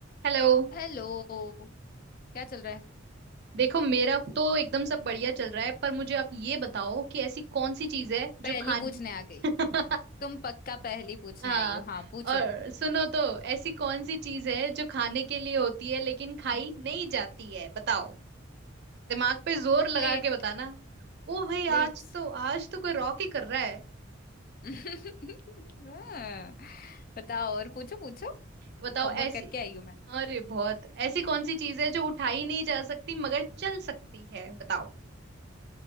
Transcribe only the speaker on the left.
हेलो क्या चल रहा है
पहेली
पूछने आ गई
तुम पक्का पहेली पूछने
आई हो हाँ पूछो
प्लेट
प्लेट्स
<laughs> हाँ, बताओ और पूछो पूछो
होमवर्क
करके आई हूँ मैं